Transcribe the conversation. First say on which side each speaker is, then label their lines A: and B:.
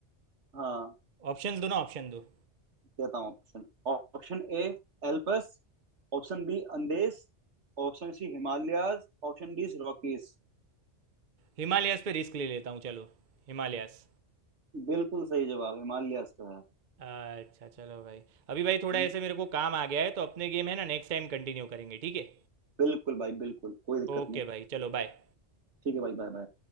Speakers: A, on the right; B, on the right.
A: हाँ
B: ऑप्शन दो ना ऑप्शन दो
A: देता हूँ option Option A Alps option B Andes option C Himalayas option D Rockies
B: हिमालयास पे रिस्क ले लेता हूँ चलो हिमालयास
A: बिल्कुल सही जवाब हिमालयाज का है
B: अच्छा चलो भाई अभी भाई थोड़ा
A: हम्म।
B: ऐसे मेरे को काम आ गया है तो अपने गेम है ना नेक्स्ट टाइम कंटिन्यू करेंगे ठीक है
A: बिल्कुल भाई बिल्कुल कोई दिक्कत
B: ओके
A: नहीं
B: भाई चलो बाय
A: ठीक है भाई बाय बाय